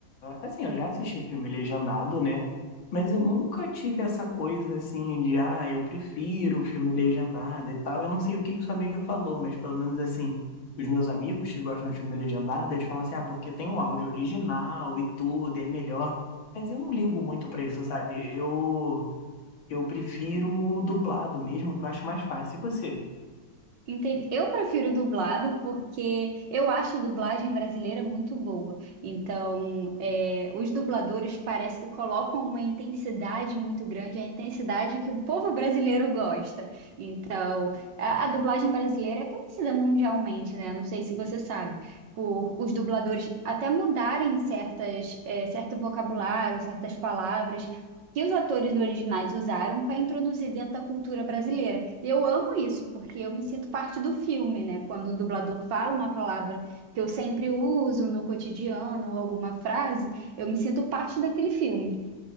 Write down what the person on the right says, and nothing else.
Entendi. Eu prefiro dublado porque eu acho a dublagem brasileira muito boa. Então, é, os dubladores parece que colocam uma intensidade muito grande, a intensidade que o povo brasileiro gosta. Então, a, a dublagem brasileira é conhecida mundialmente, né? Não sei se você sabe, por os dubladores até mudarem certas, é, certo vocabulário, certas palavras que os atores originais usaram para introduzir dentro da cultura brasileira. E eu amo isso, porque eu me sinto parte do filme, né? Quando o dublador fala uma palavra que eu sempre uso no cotidiano ou alguma frase, eu me sinto parte daquele filme.